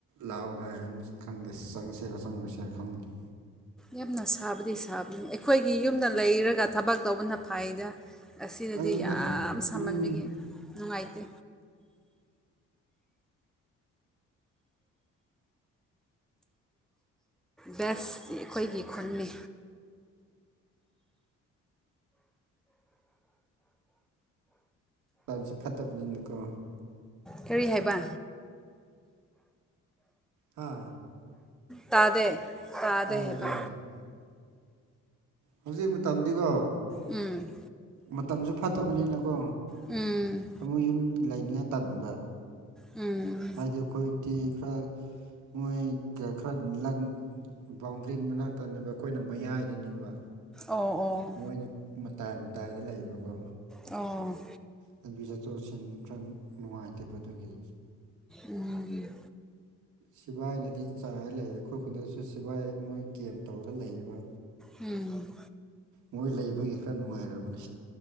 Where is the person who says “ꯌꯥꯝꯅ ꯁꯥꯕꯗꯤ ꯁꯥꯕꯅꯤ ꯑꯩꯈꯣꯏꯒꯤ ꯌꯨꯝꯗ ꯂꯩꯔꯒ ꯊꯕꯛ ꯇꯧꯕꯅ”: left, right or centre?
Centre